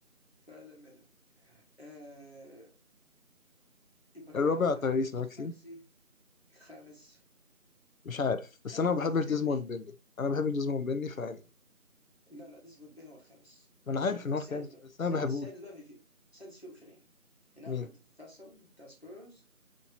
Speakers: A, on the left; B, on the left.
A: فلاميلو آه يبقى كده
B: الرابع
A: اللي بعد لاميلو
B: تايريس
A: تايويس
B: ماكسي
A: ماكسي الخامس
B: مش عارف بس
A: الخامس
B: انا ما بحبش
A: في في, في
B: ديزموند
A: اثنين
B: بيلي انا بحب ديزموند بيلي فيعني
A: لا لا ديسبوت بين هو الخامس
B: ما انا
A: سوري
B: عارف ان هو
A: السادس
B: الخامس
A: بقى
B: بس
A: السادس
B: انا ما بحبوش
A: السادس بقى في في السادس فيه اوبشنين ناخد
B: مين
A: فاسل بتاع سبيرز